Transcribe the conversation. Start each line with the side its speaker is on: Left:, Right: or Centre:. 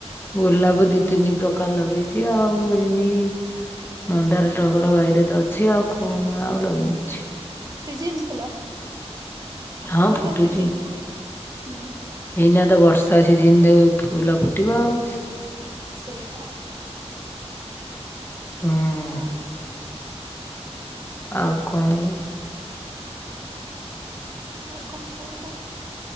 Left: ଗୋଲାପ ଦି ତିନି ପ୍ରକାର ଲଗେଇଛି ଆଉ ଏନି ମନ୍ଦାର ଟଗର ବାଇରେ ତ ଅଛି ଆଉ କଣ ଆଉ ଲଗେଇନି କିଛି।
Right: ସିଜିନ୍ ଫୁଲ
Left: ହଁ
Right: ଏବେକା
Left: ଫୁଟୁଛି।
Right: ସିଜିନ୍ ରେ ହୁଁ ହୁଁ।
Left: ଏଇନା ତ ବର୍ଷା ସିଜିନ୍ ରେ ଫୁଲ ଫୁଟିବ ଆଉ।
Right: ସେୟା ପରା।
Left: ହୁଁ।
Right: ହଁ।
Left: ଆଉ କଣ?
Right: ଆଉ କଣ କୁହତ?